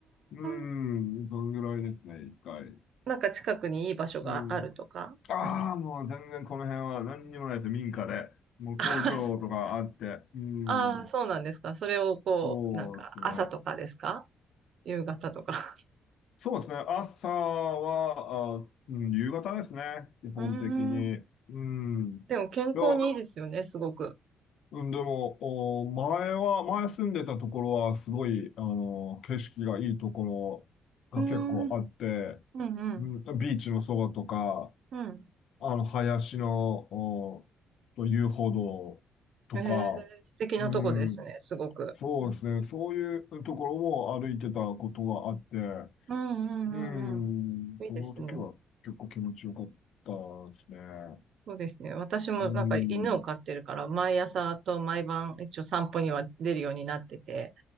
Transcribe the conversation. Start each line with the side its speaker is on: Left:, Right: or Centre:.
Left: うん、
Right: ん。
Left: そのぐらいですね、一回。
Right: なんか近くにいい場所があるとかうんで
Left: うん。ああ、もう全然この辺は何にもないです、民家で。もう工場とかあって、
Right: <laughs>
Left: うん、
Right: ああ、そうなんですか。それをこう、
Left: そうですね。
Right: なんか朝とかですか夕方とか。<laughs>
Left: そうですね。朝は、あ、うん、夕方ですね。基本的に。
Right: うーん。
Left: うん。
Right: でも健康にいいですよね、
Left: いや、
Right: すごく。
Left: うん、でも、お、前は、前住んでたところは、すごい、あの、景色がいいところが結構あって、
Right: うーん。うんうん。
Left: うん、ビーチのそばとか、
Right: うん。
Left: あの、林の、お、と遊歩道とか、
Right: ええ、素敵なとこですね、
Left: うん、
Right: すごく。
Left: そうですね。
Right: うん
Left: そういうところも歩いてたことがあって、う
Right: うんうんうんうん。
Left: ーん、
Right: いいですね。
Left: その時は結構気持ちよかったですね。う
Right: そうですね。私もなんか犬を飼ってるから、
Left: ーん。
Right: 毎朝と毎晩一応散歩には出るようになってて、